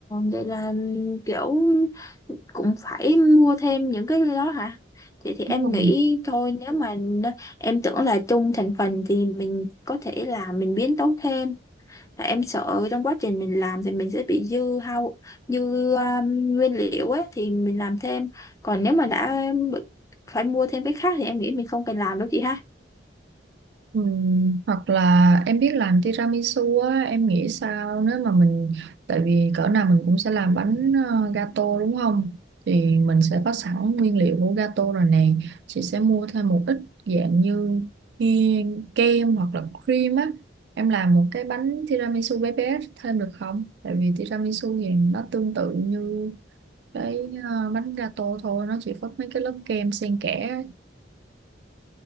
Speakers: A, on the left; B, on the right.
A: vậy là kiểu cũng phải mua thêm những cái đó hả thì thì em
B: Đúng rồi.
A: nghĩ thôi nếu mà n- em tưởng là chung thành phần thì mình có thể là mình biến tấu thêm Tại em sợ trong quá trình mình làm thì mình sẽ bị dư hao dư um, nguyên liệu ấy thì mình làm thêm. Còn nếu mà đã bị- phải mua thêm cái khác thì em nghĩ mình không cần làm đâu chị ha.
B: Ừm, hoặc là em biết làm tiramisu á em nghĩ sao nếu mà mình tại vì cỡ nào mình cũng sẽ làm bánh ờ, gato đúng không thì mình sẽ có sẵn nguyên liệu của gato rồi này chị sẽ mua thêm một ít dạng như kia- kem hoặc là cream á em làm một cái bánh tiramisu bé bé thêm được không tại vì tiramisu thì nó tương tự như cái ờ, bánh gato thôi nó chỉ có mấy cái lớp kem xen kẽ